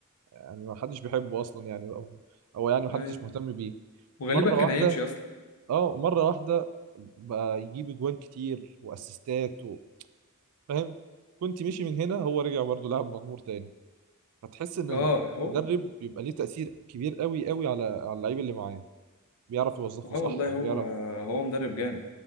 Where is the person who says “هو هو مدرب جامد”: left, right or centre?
Left